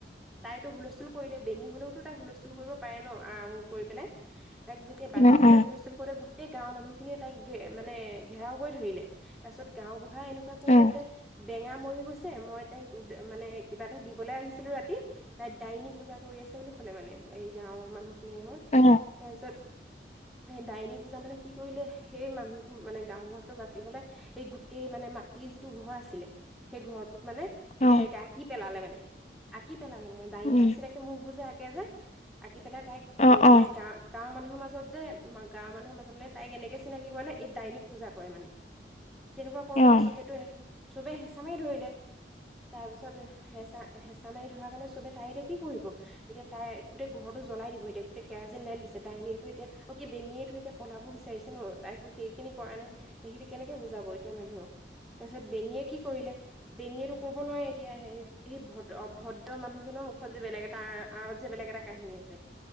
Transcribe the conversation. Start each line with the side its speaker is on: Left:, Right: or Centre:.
Centre: তাইতো হুলস্থুল কৰিলে। বেঙি হলেওতো তাই হুলস্থুল কৰিব পাৰে ন, আ উং কৰি পেলাই। তাইক যেতিয়া বাহিৰলৈ
Left: উম, অ', অ',
Centre: হুলস্থুল কৰোঁতে গোটেই গাঁৱৰ মানুহ খিনিয়ে তাইক মানে ঘেৰাও কৰি ধৰিলে। তাৰ পিছত গাওঁবুঢ়াই এনেকুৱা কৰিলে
Left: অ',
Centre: যে, বেঙা মৰি গৈছে, মই তাইক মানে কিবা এটা দিবলৈ আহিছিলো। ৰাত তি, তাই ডাইনী পূজা কৰি আছে বুলি ক'লে মানে, এই গাঁওৰ মানুহখিনিৰ আগত।
Left: অ।
Centre: তাৰপিছত সেই ডাইনী পূজা মানে কি কৰিলে, সেই মানুহটো মানে গাওবুঢ়াটো বাচিবলে এই গোটেই মানে মাটিৰ যিটো ঘৰ আছিলে, সেই ঘৰটোত মানে গোটেই
Left: অ',
Centre: এনেকে আঁকি পেলালে মানে। আঁকি পেলালে মানে, ডাইনী
Left: উম,
Centre: নিচিনাকে মুখ বোৰ আঁকে যে, আঁকি পেলাই তাইক
Left: অ', অ', অ',
Centre: মানে গাঁওৰ গাঁওৰ মানুহৰ মাজত যে, গাওঁৰ মানুহৰ মাজত তাইক এনেকৈ চিনাকি কৰালে, এই ডাইনিক পূজা কৰে মানে। তেনেকুৱা কৰোতেটো
Left: অ',
Centre: চবেই
Left: অ',
Centre: চবে হেঁচা মাৰি ধৰিলে। তাৰপিছত হেঁচা-হেঁচা মাৰি ধৰা কাৰণে চবে, তাইতে এতিয়া কি কৰিব। এতিয়া তাই গোটেই ঘৰটো জ্বলাই দিব। এতিয়া গোটেই কেৰাচিন ঢালি দিছে। দাইনীয়েটো এতিয়া, অ' কি বেঙীয়েটো এতিয়া পঢ়াব বিচাৰিছে ন তাইতো সেইখিনি কৰা নাই সেইখিনি কেনেকে বুজাব এতিয়া মানুহক তাৰপিছত বেঙিয়ে কি কৰিলে বেঙিয়েতো কব নোৱাৰে এতিয়া সেই অভদ্ৰ মানুহজনৰ মুখত যে বেলেগ এটা আঁৰত যে বেলেগ এটা কাহিনী আছে